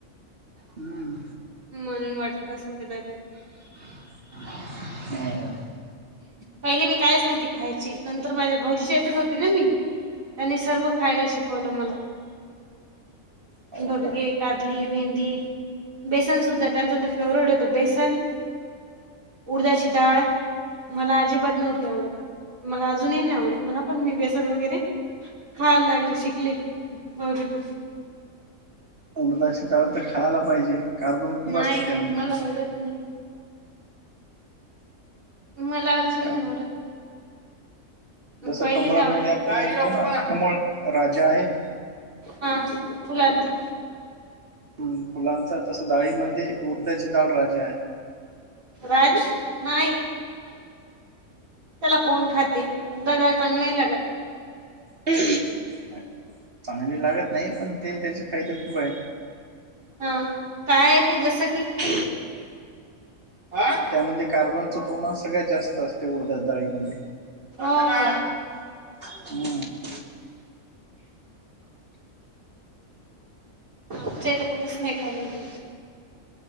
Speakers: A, on the right; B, on the right.
A: हम्म.
B: म्हणून वाटत असल कदाचित.
A: ह <unintelligible>
B: पहिले मी कायच नव्हती खायची नंतर माझ्या भाऊजी चेतच होते ना मी त्यानी सर्व खायला शिकवलं मला.
A: हो हो
B: घोडगे
A: का
B: कारली भेंडी बेसन सुद्धा त्यांचं तर फेवरेट होतं बेसन उडदाची डाळ मला अजिबात नव्हती आवडत मला अजूनही नाही आवडत मला पण मी बेसन वगैरे खायला लागली शिकली भाऊजप
A: उडदाची डाळ तर खायला पाहिजे कार्बन खूप
B: नाही
A: असते
B: नाही
A: त्यामध्ये.
B: मला आवडत नाही. मला अजून
A: कारण
B: नाय आवडत.
A: जसं
B: पहिलीच
A: कमळामध्ये
B: आवडत
A: आपण म्हणतो ना कमळ राजा आहे.
B: हा फुलांचा
A: हम्म फुलांचा तसं डाळी म्हणजे उडज्याची डाळ राजा आहे.
B: राज नाही. त्याला कोण खाते उड्डा डाळ चांगली नाही लागत.
A: नाही चांगली लागत नाही पण ते त्याचे फायदे खूप आहेत.
B: हा काय येते जसं की
A: थ
B: व्हा.
A: त्यामध्ये कार्बनचं प्रमाण सगळ्यात जास्त असतय उडदा डळीमध्ये.
B: हो का.
A: हा.
B: आमच्या इथं कुणीच नाही खालवल.